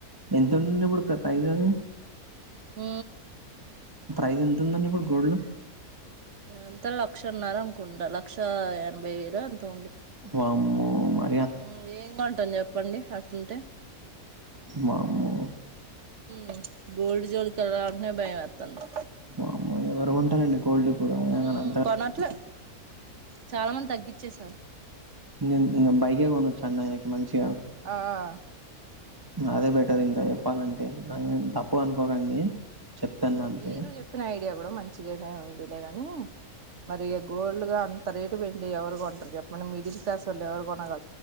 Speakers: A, on the right; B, on the right.
A: ఎంత ఉండుంది ఇప్పుడు ప్రైజ్ అది?
B: ఊ
A: ప్రైజ్ ఎంతుందండి ఇప్పుడు గోల్డ్?
B: ఎంత లక్షన్నర అనుకుంటా లక్ష ఎనభై వేలొ ఎంతో ఉంది.
A: వామ్మో మా
B: మ్ ఏం కొంటాం చెప్పండి అట్టుంటే
A: వామ్మో
B: మ్ గోల్డ్ జోలికి వెళ్లాలంటేనే భయమేత్తంది.
A: వామ్మో ఎవరు కొంటారండీ గోల్డ్ ఇప్పుడు ఆయన
B: ఉ
A: అంత
B: కొనట్లే చాలామంది తగ్గించేశారు.
A: నేన్ ఇంకా బైకే కొనొచ్చా అండి ఆయనకి మంచిగా
B: ఆఆ
A: అదే బెటర్ ఇంకా చెప్పాలంటే ఆ తప్పుగా అనుకోకండి. చెప్తాను అంతే
B: మీరు చెప్పిన ఐడియా కూడా మంచిగానే ఉందిలే గని మరి ఇక గోల్డ్ గా అంత రేట్ పెట్టి ఎవరు కొంటారు చెప్పండి మిడిల్ క్లాస్ వాళ్ళ ఎవరు కొనగ